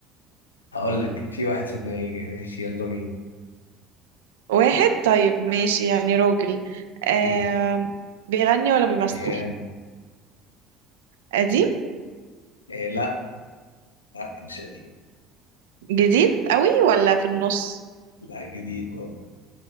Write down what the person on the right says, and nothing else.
واحد طيب ماشي يعني راجل آم...
بيغني ولا بيمثل
قديم
جديد قوي ولا في النص